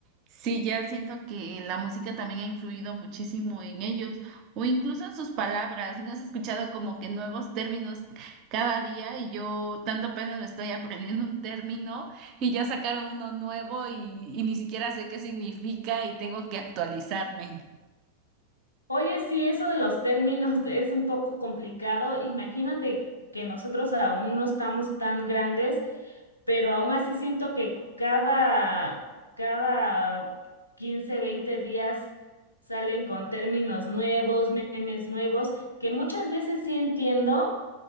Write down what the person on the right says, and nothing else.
Sí, ya siento que la música también ha influido muchísimo en ellos o incluso en sus palabras. No has escuchado como que nuevos términos cada día y yo tanto apenas me estoy aprendiendo un término. Y ya sacaron uno nuevo y, y ni siquiera sé qué significa y tengo que actualizarme.